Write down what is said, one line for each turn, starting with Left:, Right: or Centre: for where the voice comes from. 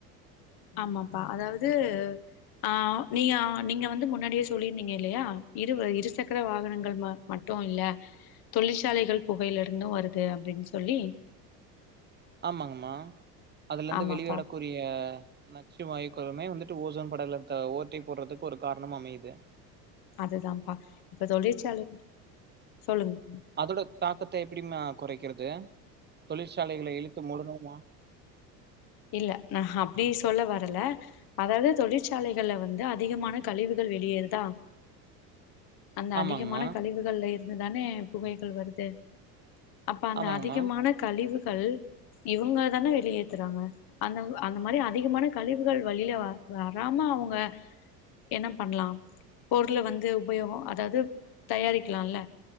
Left: ஆமாப்பா அதாவது ஆ நீயான் நீங்க வந்து முன்னாடியே சொல்லியிருந்தீங்க இல்லையா இருவ இருசக்கர வாகனங்கள் ம மட்டூ இல்ல தொழிற்சாலைகள் புகையில இருந்தூ வருது அப்டின் சொல்லி
Right: ஆமாங்கம்மா அதுலந்து
Left: ஆமாப்பா
Right: வெளிவடக்கூரிய நச்சு வாய்கொழமே வந்துட்டு ஓசோன் படலத்த ஓட்டை போட்றதிக்கு ஒரு காரணமா அமைது
Left: அதுதாப்பா இப்ப தொழிற்சலைகள் சொல்லுங்ப்பா
Right: அதோட தாக்கத்தை எப்படிமா குறைக்கிறது தொழிற்சாலைகளை இழுத் போடணூமா
Left: இல்ல நா அப்டீ சொல்ல வரல அதாவ்து தொழிற்சாலைகள்ல வந்து அதிகமான கழிவுகள் வெளியேறுதா அந்த
Right: ஆமாங்கம்மா
Left: அதிகமான கழிவுகள்ல இர் இதுதானே புகைகள் வருது அப்ப அந்த
Right: ஆமாங்கம்மா
Left: அதிகமான கழிவு கள் இவங்க தானே வெளியே த்றாங்க அந்த அந்த மாரி அதிகமான கழிவுகள் வழியில வ வராம அவுங்க என்ன பண்ணலாம் பொருள வந்து உபயோகோ அதாது தயாரிக்லால